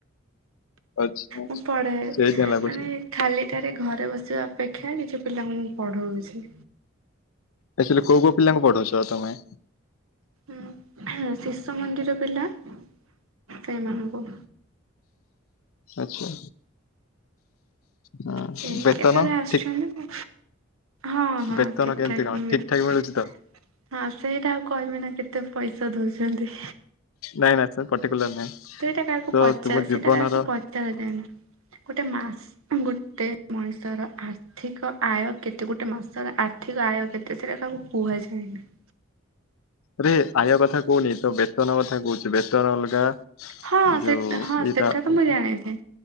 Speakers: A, on the left (about 80°); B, on the right (about 80°).
A: ଆଚ୍ଛା।
B: ମୁଁ ପଢେ
A: ସେଇଥିପାଇଁ ଲାଗୁଛି
B: ମାନେ ଖାଲି ଟାରେ ଘରେ ବସିବା ଅପେକ୍ଷା କିଛି ପିଲାଙ୍କୁ ମୁଁ ପଢଉଛି।
A: ଆକଚ୍ୟୋଲି କୋଉ କୋଉ ପିଲାଙ୍କୁ ପଢୋଉଚ ତମେ?
B: ଉଁ ହେଁ ଶିସୁ ମନ୍ଦିର ପିଲା ସେଇ ମାନଙ୍କୁ
A: ଆଚ୍ଛା। ହଁ
B: ସେଇ
A: ବେତନ
B: କେତେବେଳେ ଆସୁଚନ୍ତି
A: ଠିକ
B: ମୁ ହଁ ହଁ
A: ବେତନ
B: ଠିକ୍
A: କେମିତି
B: ଠାକ୍
A: କଣ
B: ମି
A: ଠିକ ଠାକ ମିଳୁଛି
B: ହଁ
A: ତ?
B: ସେଇଟା ଆଉ କହିବି ନା କେତେ ପଇଷା ଦୋଉଚନ୍ତି।
A: ନାଇଁ ନା ସେ ପର୍ଟିକୁଲାର ନାଇଁ
B: ସେଇଟା କାହାକୁ
A: ତ
B: ପଚାର
A: ତୁମ ଜୀବନର
B: ସେଇଟା କାହାକୁ ପଚାରାଯାଏନା ଗୋଟେ ମା ଗୋ ଗୋଟେ ମଣିଷର ଆର୍ଥିକ ଆୟ କେତେ ଗୋଟେ ମାସର ଆର୍ଥିକ ଆୟ କେତେ ସେରା କାହାକୁ କୁହାଯାଏନା।
A: ଆରେ ଆୟ କଥା କୋହୁନି ତୋ ବେତନ କଥା କୋହୁଚି ବେତନ ଅଲଗା
B: ହଁ
A: ଯୋଉ
B: ସେଟା ହଁ
A: ଏଇଟା
B: ସେଟା
A: ଅଲଗା।
B: ତ ମୁଁ ଜାଣିଚି